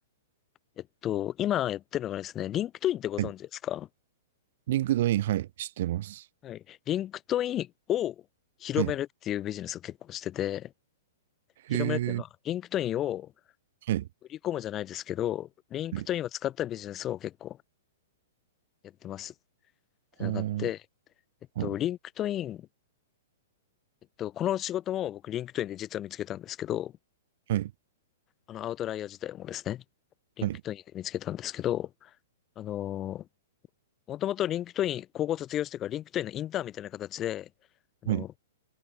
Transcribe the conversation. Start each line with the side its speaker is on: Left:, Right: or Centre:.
Left: えっと、今やってるのがですね、リンクトインってご存知ですか
Right: はい。リンクドイン、はい、知ってます。
Left: はい。リンクトインを広めるっていうビジネスを結構してて、
Right: はい。
Left: 広めるっていうのは、
Right: へえ、
Left: リンクトインを
Right: はい、
Left: 売り込むじゃないですけど、リンクトインを使ったビジネスを結構
Right: はい。
Left: やってますってのがあって、
Right: あー
Left: えっと、
Right: あ
Left: リンクトイン、えっと、この仕事も僕リンクトインで実は見つけたんですけど、
Right: はい、
Left: あの、アウトライヤー自体もですね、リンクトインで見つけたんですけど、
Right: はい、
Left: あの、もともとリンクトイン、高校卒業してからリンクトインのインターンみたいな形で、あの、
Right: はい、